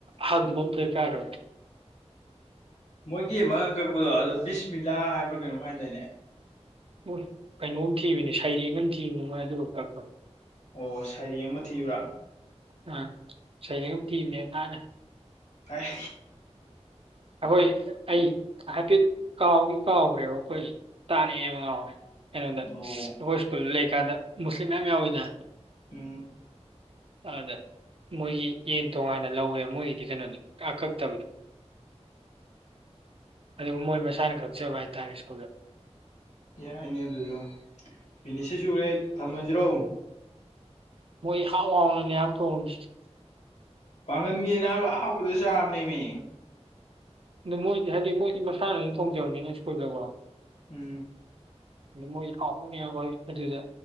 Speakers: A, on the right; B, on the left.
A: ꯍꯪꯕꯝꯗ ꯀꯥꯔ ꯑꯣꯏ
B: ꯃꯣꯏꯒꯤ ꯑꯃꯒ ꯀꯛꯄꯗꯣ ꯑꯗꯣ ꯕꯤꯁꯃꯤꯂꯥ ꯍꯥꯏꯕ꯭ꯔꯥ ꯀꯩꯅꯣꯝꯃꯥꯏꯅ ꯂꯩꯅꯦ
A: ꯑꯣ ꯀꯩꯅꯣꯝ ꯊꯤꯕꯅꯦ ꯁꯩꯔꯦꯡ ꯑꯃ ꯊꯤꯕ ꯃꯣꯏ ꯑꯗꯨꯒ ꯀꯛꯄꯅꯦ
B: ꯑꯣ ꯁꯩꯔꯦꯡ ꯑꯃ ꯊꯤꯕ꯭ꯔꯥ
A: ꯎꯝ ꯁꯩꯔꯦꯡꯒ ꯀꯤꯕꯅꯦ ꯉꯅ
B: ꯍꯥꯏ
A: ꯑꯩꯈꯣꯏ ꯑꯩ ꯍꯥꯏꯐꯦꯠ ꯀꯥꯎꯗꯤ ꯀꯥꯎꯈ꯭ꯔꯦꯕ ꯑꯩꯈꯣꯏ ꯇꯥꯔꯛꯑꯦ ꯑꯃ ꯉꯥꯎꯔꯦ ꯀꯩꯅꯣꯗ
B: ꯑꯣ
A: ꯍꯈꯣꯏ ꯁ꯭ꯀꯨꯜ ꯂꯩꯀꯥꯟꯗ ꯃꯨꯁꯂꯤꯝ ꯃꯌꯥꯝ ꯌꯥꯎꯋꯅ
B: ꯎꯝ
A: ꯑꯗꯦ ꯃꯣꯏꯒꯤ ꯌꯦꯟ ꯇꯣꯉꯥꯟꯅ ꯂꯧꯋꯦꯕ ꯃꯣꯏꯒꯤꯗꯤ ꯀꯩꯅꯣꯅꯤ ꯑꯀꯛꯇꯕꯗ ꯑꯗꯨ ꯃꯣꯏ ꯃꯁꯥꯅ ꯀꯛꯆꯕ ꯍꯥꯏꯇꯥꯔꯦ ꯁ꯭ꯀꯨꯜꯗ
B: ꯌꯥꯏꯅꯦ ꯑꯗꯨꯁꯨ ꯃꯤꯅꯦꯠ ꯁꯤ ꯁꯨꯔꯦ ꯊꯝꯃꯁꯤꯔꯣ
A: ꯃꯣꯏ ꯍꯥꯛ ꯋꯥꯡꯅꯅꯦ ꯌꯥꯝ ꯇꯣꯡꯔꯤꯁꯤ
B: ꯄꯥꯡꯒꯟꯒꯤ ꯅꯅꯥꯕ ꯑꯍꯥꯎꯕꯗ ꯆꯥꯕꯅꯦ ꯏ ꯃꯤ
A: ꯑꯗꯨ ꯃꯣꯏꯗꯤ ꯍꯥꯏꯗꯤ ꯃꯣꯏꯗꯤ ꯃꯁꯥꯅ ꯊꯣꯡꯖꯕꯅꯤꯅ ꯁ꯭ꯀꯨꯜꯗꯀꯣ
B: ꯎꯝ
A: ꯃꯣꯏ ꯀꯥꯎꯅꯅꯤ ꯑꯩꯈꯣꯏ ꯑꯗꯨꯗ